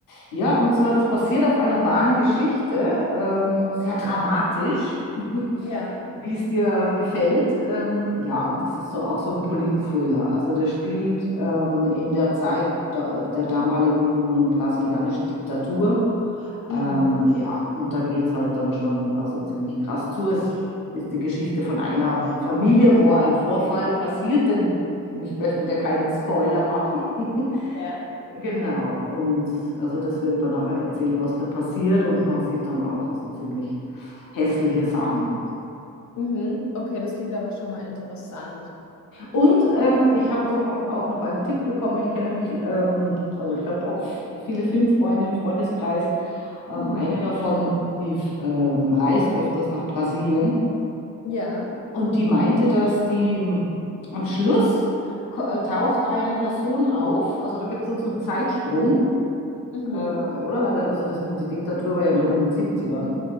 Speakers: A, on the left (about 80°); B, on the left (about 60°).
A: ja, und zwar, das basiert auf einer wahren Geschichte, ähm, sehr dramatisch. <laughs>
B: Ja.
A: wie es dir gefällt. Ähm, ja, und das ist so auch so ein Polit-Thriller. Also der spielt ähm, in der Zeit da, der damaligen brasilianischen Diktatur.
B: Mhm.
A: Ähm, ja, und da geht es halt dann schon also ziemlich krass zu. Es ist die Geschichte von einer Familie, wo ein Vorfall passiert, denn ich möchte dir keinen Spoiler machen. <laughs>
B: Ja.
A: Genau, und also das wird dann nachher erzählt, was da passiert und man sieht dann auch also ziemlich hässliche Sachen.
B: Mhm. Okay, das klingt aber schon mal interessant.
A: Und ähm, ich habe dann auch, auch noch einen Tipp bekommen. Ich kenne mich, ähm, also ich habe auch f- viele Filmfreunde im Freundeskreis. Ähm,
B: Mhm.
A: eine davon, die ähm, reist öfters nach Brasilien.
B: Ja.
A: Und die meinte, dass die ähm, am Schluss ko- äh, taucht eine Person auf. Also da gibt es dann so einen Zeitsprung,
B: Mhm.
A: äh, oder? Weil da, also das, die Diktatur war ja noch in den 70ern.